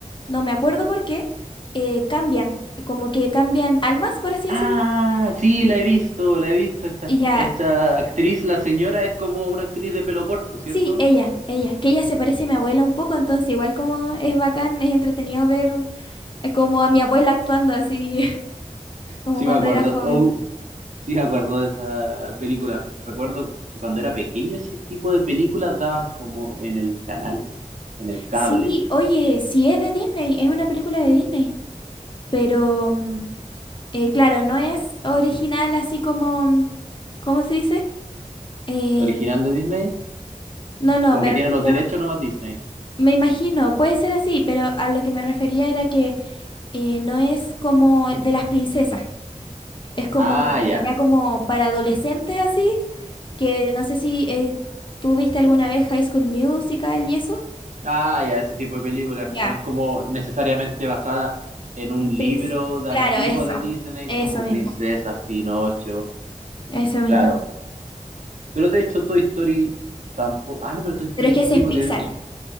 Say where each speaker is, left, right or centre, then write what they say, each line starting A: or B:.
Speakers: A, on the left; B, on the right.
A: no me acuerdo por qué, eh, cambian, como que cambian almas, por así decirlo
B: Ah, sí, la he visto, la he visto. Esta,
A: Y ya,
B: esta actriz, la señora, es como una actriz de pelo corto, ¿cierto?
A: sí, ella, ella, que ella se parece a mi abuela un poco, entonces igual como es bacán, es entretenido ver eh, como a mi abuela actuando así, <laughs> como
B: Sí
A: cuando
B: me acuerdo,
A: Sí. era joven.
B: oh, sí me acuerdo de esa película. Recuerdo que cuando era pequeño ese tipo de películas daban como en el canal, en el cable
A: Sí, oye, sí es de Disney, es una película de Disney, pero mm, eh, claro, no es original así como, mm, ¿cómo se dice? Eh,
B: original de Disney,
A: no, no,
B: como
A: me
B: que
A: refiero,
B: tiene los derechos nomás Disney.
A: me imagino, puede ser así, pero a lo que me refería era que eh, no es como de las princesas, es como
B: Ah, ya.
A: ya como para adolescentes así. que no sé si eh, tú viste alguna vez High School Musical y eso.
B: Ah, ya, ese tipo de películas
A: Ya,
B: que no es como necesariamente basada en un
A: En
B: libro
A: Prince.
B: de
A: Claro,
B: antiguo
A: eso.
B: de Disney
A: Eso
B: como
A: mismo.
B: Princesas, Pinocho.
A: Eso mismo.
B: Claro. Pero de hecho, Toy Story tampoco. Ah, no, pero Toy Story
A: Pero es que ese
B: sí,
A: es
B: porque.
A: Pixar.
B: es